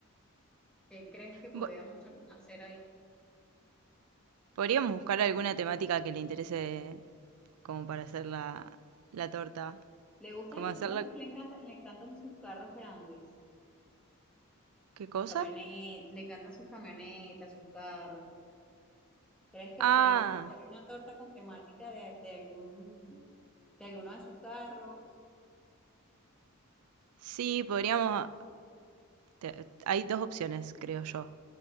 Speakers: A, in the centre; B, on the right.
A: qué crees que podíamos
B: Bu-
A: hacer ahí?
B: podríamos buscar alguna temática que le interese como para hacer la, la torta.
A: Le gusta,
B: ¿Cómo hacerla?
A: tú sabes que le encanta, le encantan sus carros grandes,
B: ¿Qué cosa?
A: sus camionetas, le encantan sus camionetas, sus carros. ¿Crees que
B: Ah,
A: podríamos hacer una torta con temática de, de algún, de alguno de sus carros?
B: sí, podríamos Te- Hay dos opciones, creo yo.